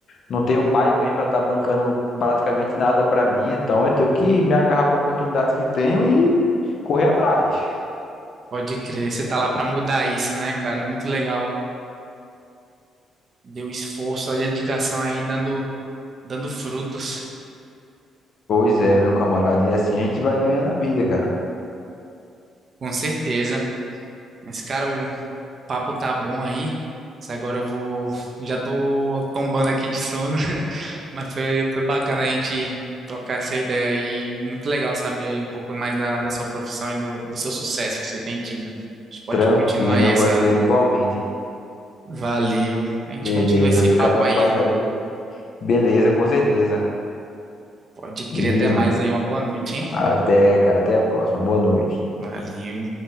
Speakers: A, on the left (about 50°); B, on the right (about 35°).
A: não tenho pai e mãe para estar bancando praticamente nada para mim, então eu tenho que me agarrar com a oportunidade que tenho e correr atrás.
B: Pode crer, você tá lá para mudar isso, né, cara? É muito legal. Deu esforço, a dedicação aí dando, dando frutos,
A: Pois é, meu camarada, e assim a gente vai ganhando a vida, cara.
B: com certeza. Mas, cara, o, papo tá bom aí. Mas agora eu vou. Já tô tombando aqui de sono, <laughs> mas foi, foi bacana a gente trocar essa ideia aí. Muito legal saber aí um pouco mais da, da sua profissão e do, do seu sucesso que você tem tido. A gente pode
A: Tranquilo,
B: continuar aí
A: meu
B: essa.
A: parceiro, igualmente.
B: Valeu. A gente
A: Beleza,
B: continua esse
A: fica
B: papo
A: na
B: aí.
A: paz aí. Beleza, com certeza.
B: Pode crer,
A: E
B: até mais aí. Uma boa noite, hein?
A: até, cara, até a próxima. Boa noite.
B: Valeu.